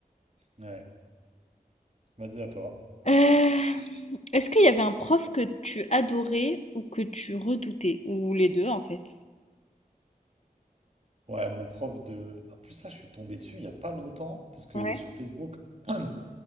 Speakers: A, on the right; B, on the left.
A: Ouais, vas-y à toi.
B: Euh, est-ce qu'il y avait un prof que tu adorais ou que tu redoutais? Ou les deux en fait.
A: Ouais, mon prof de. En plus, là, je suis tombé dessus il n'y a pas longtemps, parce que
B: Ouais.
A: sur Facebook, <clears throat> ils